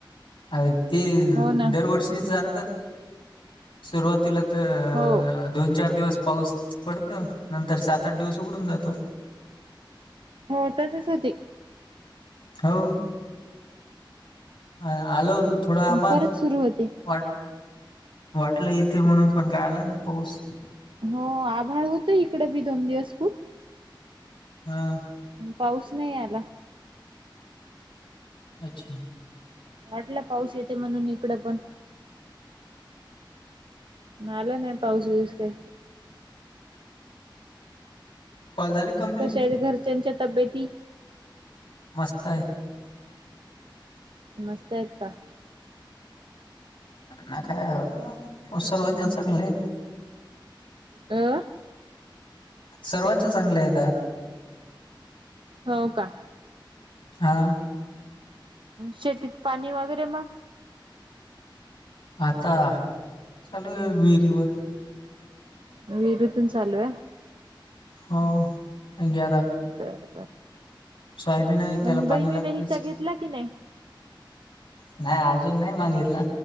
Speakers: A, on the left; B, on the right.
A: अ ते
B: हो ना
A: दरवर्षी जर सुरुवातीला तर
B: हो
A: अ दोन, चार दिवस पाऊस पडत. नंतर सात, आठ दिवस उघडून जातो.
B: हो तसच होते.
A: हो. अ आल होत. थोडा आभाळ
B: परत सुरू होते
A: वाट वाटलं येत म्हणून, पण काय आला नाही पाऊस.
B: हो. आभाळ होतो. इकडे बी दोन दिवस खूप.
A: हा.
B: पाऊस नाही आला.
A: अच्छा.
B: वाटला पाऊस येते म्हणून इकडं पण आलं नाही. पाऊस बीऊस ते.
A: कॉल झाली? कंप्लीट
B: कशा आहेत घरच्यांच्या तब्येती?
A: मस्त आहे.
B: मस्त आहेत का?
A: न काय
B: बरं बर
A: सर्वांच्या चांगले आहेत.
B: अं.
A: सर्वांच चांगलं आहेत.
B: हो का.
A: हा.
B: शेतीत पाणी वगैरे मग
A: आता चालोय विहिरी वर.
B: विहिरीतून चालू आहे.
A: हो घ्यायाला
B: बर
A: सोयाबीन आहे.
B: बर
A: त्याला पाणी
B: बहिणीने
A: लागतेच.
B: हिस्सा घेतला की नाही?
A: नाही अजून नाही मागितला